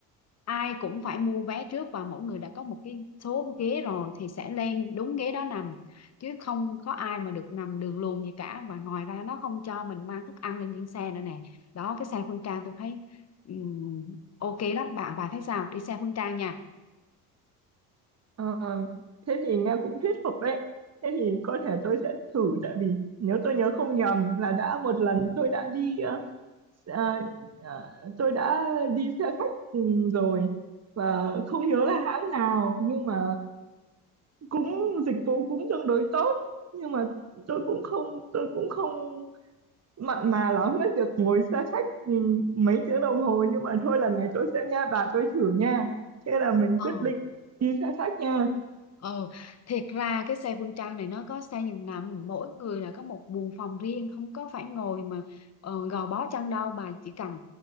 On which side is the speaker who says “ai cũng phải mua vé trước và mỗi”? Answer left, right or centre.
Left